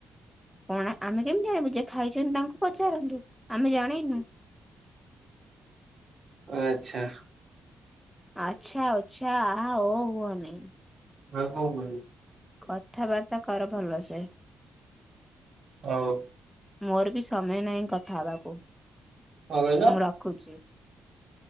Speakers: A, in the centre; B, on the right (about 55°).
A: କଣ ଆମେ କେମିତି ଜାଣିବୁ ଯେ ଖାଇଛନ୍ତି ତାଙ୍କୁ ପଚାରନ୍ତୁ ଆମେ ଜାଣିନୁ
B: ଆଚ୍ଛା।
A: ଆଛା ଅଛା ଆ ଓ ହହ ହୁଏ ନାହିଁ।
B: ହଁ ହଉ ମ <inaudible>
A: କଥାବାର୍ତ୍ତା କର ଭଲସେ।
B: ହଉ।
A: ମୋର ବି ସମୟ ନାହିଁ କଥା ହବାକୁ
B: କଣ କହିଲ
A: ମୁଁ ରଖୁଛି।